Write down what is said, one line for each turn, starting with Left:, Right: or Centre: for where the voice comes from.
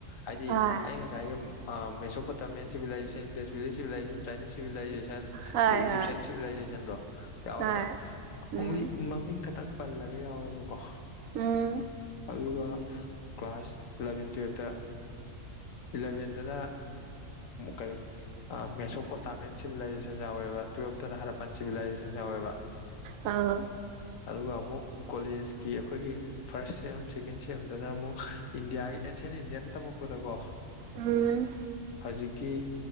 Left: ꯍꯥꯏꯗꯤ
Right: ꯍꯣꯏ
Left: ꯑꯩ ꯉꯁꯥꯏꯒꯤ ꯃꯦꯁꯣꯄꯣꯇꯥꯃꯤꯦꯟ ꯁꯤꯚꯤꯥꯏꯦꯁ ꯁꯤꯚꯤꯥꯏꯦꯟ ꯆꯥꯏꯅꯤꯁ ꯁꯤꯚꯤꯥꯏꯖꯦꯟ
Right: ꯍꯣꯏ
Left: ꯑꯗꯩ ꯏꯖꯤꯞꯁꯤꯌꯥꯟ
Right: ꯍꯣꯏ
Left: ꯁꯤꯚꯂꯥꯏꯦꯁꯟꯗꯣ ꯌꯥꯎꯋꯦꯕ
Right: ꯍꯣꯏ ꯎꯝ
Left: ꯑꯣꯂꯤ ꯃꯃꯤꯡ ꯈꯪ ꯄꯜꯂꯒ ꯌꯥꯎꯋꯦꯕꯀꯣ
Right: ꯎꯝ
Left: ꯑꯗꯨꯒ ꯀ꯭ꯂꯥꯁ ꯏꯂꯚꯦꯟ ꯇꯨꯌꯦꯜꯞꯇ ꯏꯂꯚꯦꯟꯗꯅ ꯀꯔꯤ ꯃꯦꯁꯣꯄꯣꯇꯥꯃꯦꯟ ꯁꯤꯚꯤꯂꯥꯏꯖꯦꯁꯟ ꯌꯥꯎꯋꯦꯕ ꯇꯨꯋꯦꯜꯞꯇꯅ ꯍꯔꯄꯟ ꯁꯤꯚꯕꯤꯂꯥꯏꯖꯦꯁꯟ ꯌꯥꯎꯋꯦꯕ
Right: ꯑꯥ
Left: ꯑꯗꯨꯒ ꯑꯃꯨꯛ ꯀꯣꯂꯦꯖꯀꯤ ꯑꯩꯈꯣꯏꯒꯤ ꯐꯥꯔꯁ ꯁꯦꯝ ꯁꯦꯀꯦꯟ ꯁꯦꯝꯗꯅ ꯑꯃꯨꯛ ꯏꯟꯗꯤꯌꯥꯒꯤ ꯑꯦꯟꯁꯦꯟ ꯏꯟꯗꯤꯌꯥꯅ ꯇꯝꯃꯛꯄꯗꯀꯣ
Right: ꯎꯝ
Left: ꯍꯧꯖꯤꯛꯀꯤ